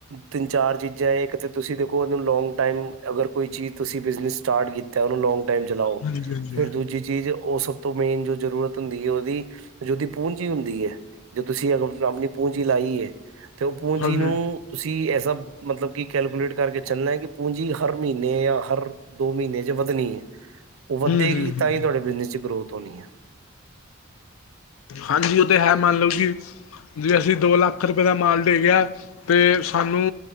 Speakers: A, on the right; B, on the left.
A: ਤਿੰਨ ਚਾਰ ਚੀਜ਼ਾਂ ਇੱਕ ਤੁਸੀਂ ਦੇਖੋ ਉਹਨੂੰ ਲੌਂਗ ਟਾਈਮ ਅਗਰ ਕੋਈ ਚੀਜ਼ ਤੁਸੀਂ ਬਿਜਨਸ ਸਟਾਰਟ ਕੀ ਤੇ ਉਹਨੂੰ ਲੌਗ ਟਾਈਮ ਚਲਾਓ
B: ਹਾਂਜੀ ਹਾਂਜੀ
A: ਫੇਰ ਦੂਜੀ ਚੀਜ਼ ਉਹ ਸਭ ਤੋਂ ਮੇਨ ਜੋ ਜ਼ਰੂਰਤ ਹੁੰਦੀ ਹੈ ਉਹਦੀ ਜਦ ਪੂੰਜੀ ਹੁੰਦੀ ਏ ਜੇ ਤੁਸੀਂ ਅਗਰ ਆਪਨੀ ਪੂੰਜੀ ਲਾਈ ਹੈ ਤੇ ਉਹ ਪੂੰਜੀ
B: ਹਾਂਜੀ
A: ਨੂੰ
B: ਹਮ
A: ਤੁਸੀਂ ਐਸਾ ਮਤਲਬ ਕਿ ਕੈਲਕੂਲੇਟ ਕਰਕੇ ਚੱਲਨਾ ਕਿ ਪੂੰਜੀ ਹਰ ਮਹੀਨੇ ਜਾਂ ਹਰ ਦੋ ਮਹੀਨੇ ਵਧਣੀ ਏ ਉਹ ਵੱਧੇਗੀ
B: ਹਮ
A: ਤਾਂ ਹੀ ਤੁਹਾਡੇ ਬਿਜਨਸ ਚ ਗਰੋਥ ਹੋਨੀ ਹੈ
B: ਹਾਂਜੀ ਉਹ ਤੇ ਹੈ ਮੰਨ ਲਓ ਕਿ ਜੇ ਅਸੀਂ ਦੋ ਲੱਖ ਰੁਪਏ ਦਾ ਮਾਲ ਭੇਜਿਆ ਤੇ ਸਾਨੂੰ